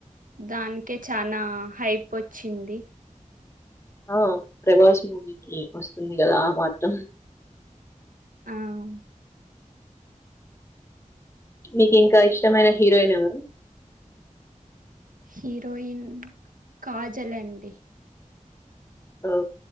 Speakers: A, on the right (about 90°); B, on the left (about 20°).
A: దానికే చానా హైప్ వచ్చింది
B: ఓం ప్రభాస్ మూవీకి వస్తుంది కదా ఆ మాత్రం
A: అవున్
B: నీకు ఇంకో ఇష్టమైన హీరోయిన్ ఎవరు
A: హీరోయిన్ కాజలండి
B: ఓ